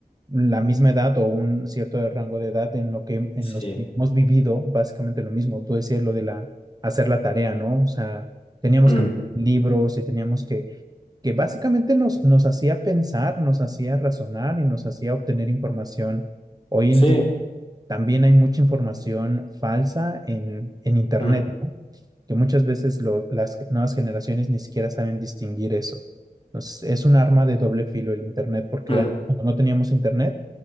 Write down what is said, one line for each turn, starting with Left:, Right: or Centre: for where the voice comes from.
Right: la misma edad o un cierto rango de edad en lo que en
Left: sí.
Right: los que hemos vivido básicamente lo mismo. Tú decías lo de la hacer la tarea, ¿no? O sea, teníamos
Left: Mm,
Right: que buscar libros y teníamos que que básicamente nos, nos hacía pensar, nos hacía razonar y nos hacía obtener información. Hoy
Left: sí,
Right: en día también hay mucha información falsa en, en Internet,
Left: Mm,
Right: ¿no? que muchas veces lo- las nuevas generaciones ni siquiera saben distinguir eso. Entonces, es un arma de doble filo el Internet, porque
Left: mm.
Right: an- cuando no teníamos Internet,